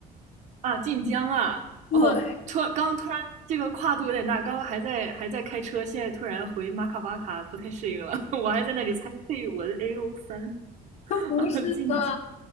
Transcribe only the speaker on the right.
啊，晋江啊！
哦，突然刚突然这个跨度有点大，刚刚还在还在开车，现在突然回马卡巴卡，不太适应了。<laughs> 我还在那里猜绯文 A O 三
啊，晋江。